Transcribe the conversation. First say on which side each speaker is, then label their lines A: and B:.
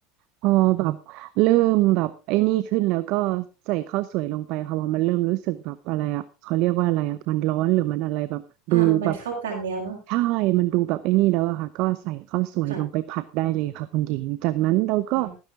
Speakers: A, on the right (about 60°); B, on the right (about 85°).
A: พอแบบเริ่มแบบไอ้นี่ขึ้นแล้วก็ใส่ข้าวสวยลงไปค่ะพอมันเริ่มรู้สึกแบบอะไรอ่ะเขาเรียกว่าอะไรอ่ะมันร้อนหรือมันอะไรแบบดูแบบ
B: อ่ามันเข้ากันแล้วเนาะ
A: ใช่มันดูแบบไอ้นี่แล้วอะค่ะก็ใส่ข้าวสวยลงไปผัดได้เลยค่ะคุณหญิงจากนั้นเราก็
B: ค่ะอ่า